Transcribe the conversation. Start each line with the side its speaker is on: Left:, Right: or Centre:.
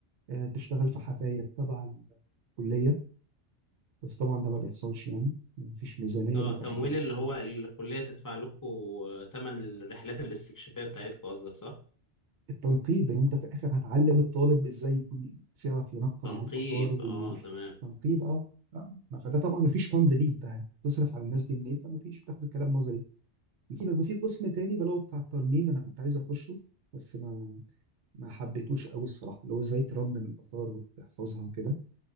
Right: آه، تشتغل في حفاير تبع الكلية بس طبعا ده ما بيحصلش يعني ما فيش ميزانية
Left: اه
Right: ان انت
Left: تمويل
Right: عشان تاخد
Left: اللي هو
Right: طالب
Left: الكلية تدفع لكم تمن الرحلات الاستكشافية بتاعتكم قصدك صح؟
Right: التنقيب ان انت في الاخر هتعلم الطالب ازاي يكون يعرف ينقم
Left: تنقيب
Right: على الاثار
Left: اه تمام
Right: وتنقيب اه آه، ما فده طبعا ما فيش فند ليه انت هتصرف على الناس دي منين فما فيش بتاخد الكلام نظري نسيبك في قسم تاني بلو بتاع الترميم انا كنت عايز اخشه بس ما ما حبيتوش قوي الصراحه اللي هو ازاي ترمم الاثار وتحفظها وكده